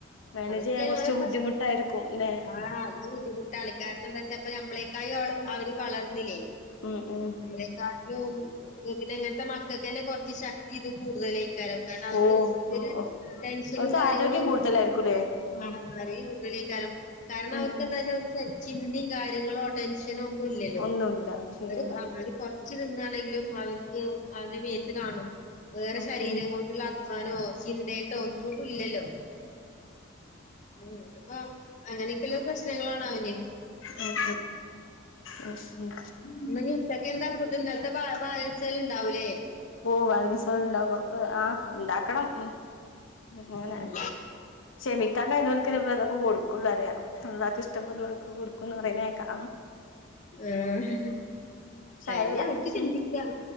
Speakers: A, on the left (about 70°); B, on the left (about 35°).
A: മാനേജ്
B: അതൊക്കെയാണ്
A: ചെയ്യാൻ കൊറച്ച്
B: പ്രശ്നം.
A: ബുദ്ധിമുട്ടായിരിക്കും ല്ലേ
B: ആഹ് അത് ബുദ്ധി മുട്ട് കളിക്കാരന എന്താ വെച്ചാ പ്പ നമ്മളക്കായ അവള് അവര് വളർന്നില്ലേ?
A: ഉം. ഉം.
B: നമ്മളെക്കാട്ടിലും പിന്നെ ഇങ്ങനത്തെ മക്കക്കന്നെ കുറച്ച് ശക്തി ഇതും കൂടുതലയ്ക്കാരം. കാരണം, അവർക്കൊരു
A: ഓഹ്
B: തില് ടെൻഷനും
A: ഓൾക്ക്
B: കാര്യങ്ങളും
A: ആരോഗ്യം
B: ഒന്നും
A: കൂടുതലായിരിക്കുംല്ലേ
B: ഇല്ല <unintelligible>
A: ഉം
B: കാരണം
A: ഉം
B: അവർക്ക്ന്താ
A: ഉം
B: <unintelligible> തെ ചിന്തിയിം കാര്യങ്ങളോ ടെൻഷനോ ഒന്നും ഇല്ലല്ലോ?
A: ഒന്നുല്ല ശരിയാണ്
B: അവര് അവര് ച്ചു തിന്നാണെങ്കിലും അവർക്ക് അവടെ മേത്ത്
A: ഉം
B: കാണും. വേറെ
A: ഉം
B: ശരീരം
A: ഉം
B: കൊണ്ടുള്ള അ- - ന്നാനോ ചിന്തയ്ട്ടോ ഒന്നും ഇല്ലല്ലോ? ഉം ത്പോ അങ്ങനൊക്കെള്ള പ്രശ്നങ്ങളാണവന്.
A: ഉം ഉം.
B: ഇന്നിഞ് ഉച്ചക്കെന്താ ഫുഡ്‌ ഇന്നൽത്തെ ബാ ബാലൻസ്കൾ ണ്ടാവൂലേ?
A: ഓഹ് ബാലൻസ്കൾ ണ്ടാവും. അപ്പൊ ആഹ് ണ്ടാക്കണം. ഉം അങ്ങനെ.
B: ഉം
A: ക്ഷമിക്കാൻ കഴീണോൽക്കേ പ്പതൊക്കെ കൊടുക്കള്ളൂ അറിയാ. അള്ളാക്ക് ഇഷ്ടപ്പെട്ടള്ളർക്ക്‌ കൊടുക്കും. കുന്ന് പറീണേക്കാ.
B: ആഹ്
A: സാരല്ല
B: അയ്ന്നെ നമുക്ക് ചിന്തിക്കാം.
A: ഉം